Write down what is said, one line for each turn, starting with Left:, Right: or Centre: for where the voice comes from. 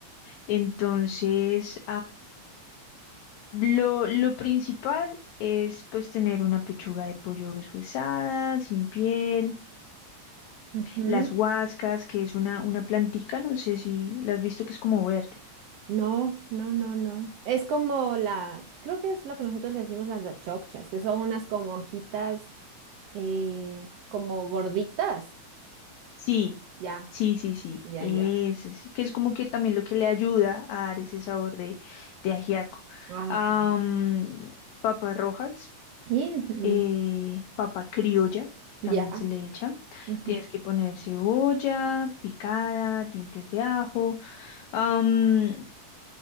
Left: Entonces, Lo, lo principal es pues tener una pechuga de pollo deshuesada, sin piel,
Right: Ujú.
Left: las huascas, que es una, una plantica, no sé si la has visto que es como verde.
Right: No, no, no, no. Es como la, creo que es lo que nosotros le decimos las dachocchas, que son unas como hojitas eh, como gorditas.
Left: Sí,
Right: Ya,
Left: sí, sí, sí.
Right: ya,
Left: Ese
Right: ya.
Left: sí, que es como que también lo que le ayuda a dar ese sabor de, de ajiaco.
Right: Ah,
Left: Am,
Right: ok.
Left: papas rojas,
Right: Y, mm,
Left: eh, papa criolla,
Right: ya,
Left: también se le echa.
Right: ujú,
Left: Tienes que poner cebolla picada, dientes de ajo. am,